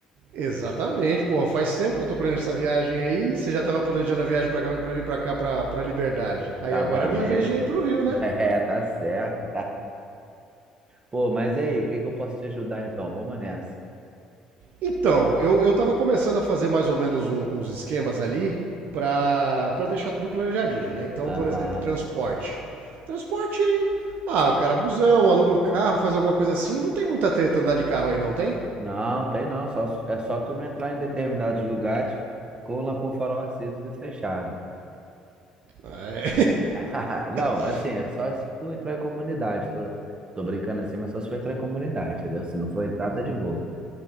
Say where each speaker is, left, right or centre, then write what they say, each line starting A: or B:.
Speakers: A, on the right; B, on the right.
A: Exatamente, pô, faz tempo que eu tô planejando essa viagem aí, você já tava planejando a viagem pra, cá- pra vir pra cá, pra, pra Liberdade. Aí
B: Tava
A: agora é minha
B: mesmo.
A: vez de ir pro Rio, né?
B: <laughs> É, tá certo. Pô, mas e aí, o que que eu posso te ajudar então? Vamos nessa.
A: Então, eu, eu tava começando a fazer mais ou menos um- uns esquemas ali pra pra deixar tudo planejadinho, né? Então,
B: Aham.
A: por exemplo, transporte. Transporte, ah, o cara é busão, aluga um carro, faz alguma coisa assim, não tem muita treta andar de carro aí não, tem?
B: Não, tem não. Só, é só tu não entrar em determinados lugares com, la- com o farol aceso e vidro fechado.
A: É.
B: <laughs> Não,
A: <laughs>
B: assim, é só se for entrar em comunidade. Tô, tô brincando assim, mas só se for entrar em comunidade, entendeu? Se não for entrar, tá de boa.